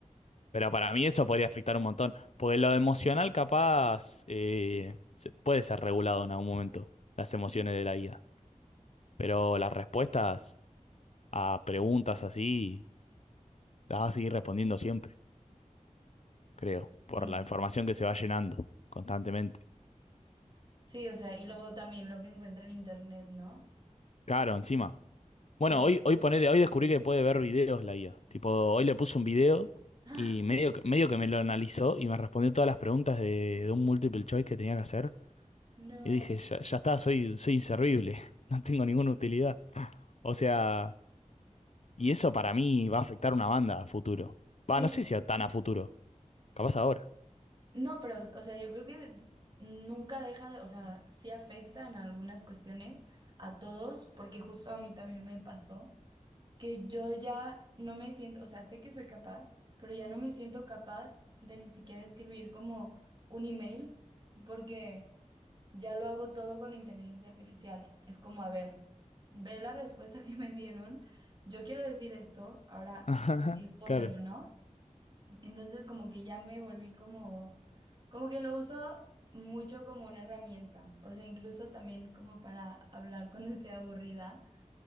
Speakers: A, on the left (about 55°); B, on the right (about 35°).
A: pero para mí eso podría afectar un montón. Porque lo emocional capaz eh, se- puede ser regulado en algún momento, las emociones de la IA. Pero las respuestas a preguntas así las vas a seguir respondiendo siempre, creo, por
B: Sí,
A: la información que se va llenando constantemente.
B: sí, o sea, y luego también lo que encuentra en internet, ¿no?
A: Claro, encima. Bueno,
B: Pero
A: hoy, hoy
B: sí.
A: ponele, hoy descubrí que
B: <laughs>
A: puede ver
B: <gasps>
A: videos la IA. Tipo, hoy le puse un video
B: ¡Ah!
A: y medio, que- medio que me lo analizó y me respondió todas las preguntas de, de un multiple choice que tenía que hacer.
B: No,
A: Y dije, ya, ya está, soy, soy inservible, <laughs> no tengo ninguna utilidad. O sea, y eso para mí va a afectar una banda a futuro.
B: sí,
A: Va, no sé si a tan a futuro, capaz ahora.
B: no, pero, o sea, yo creo que nunca deja de, o sea, sí afecta en algunas cuestiones a todos, porque justo a mí también me pasó. que yo ya no me siento, o sea, sé que soy capaz, pero ya no me siento capaz de ni siquiera escribir como un email, porque ya lo hago todo con la inteligencia artificial. Es como, a ver, ve la respuesta <laughs> que me dieron, yo quiero decir esto, ahora
A: <laughs> Ajá,
B: respóndelo,
A: Claro,
B: ¿no? Entonces como que ya me volví como, como que lo uso mucho como una herramienta, o sea, incluso también como para hablar cuando estoy aburrida.